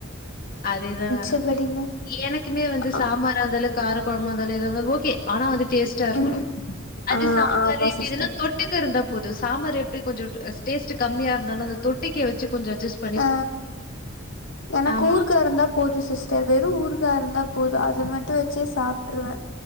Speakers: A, on the left; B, on the left.
A: அதேதா
B: மிச்சபடினா
A: நானு எனக்குமே வந்து
B: அ
A: சாம்பார் இருந்தாலு கார குழம்பு இருந்தாலு எதா இருந்தாலு ஓகே ஆனா வந்து டேஸ்ட்டா இருக்கணு
B: ம்
A: அது
B: ஆ
A: சாம்பார்
B: ஆமா
A: இட்லி
B: சிஸ்டர்.
A: ன்னா தொட் தொட்டுக்க இருந்தா போது சாம்பார் எப்டி கொஞ்சோ டேஸ்ட் கம்மியா இருந்தாலு அந்த தொட்டக்கை வச்சு கொஞ்ச அஜஸ்
B: ஆ எனக்கு
A: ஆமா
B: ஊருக்கா இருந்தா போது சிஸ்டர் வெறு ஊருக்கா இருந்தா போது அத மட்டு வச்சே சாப்ட்ருவே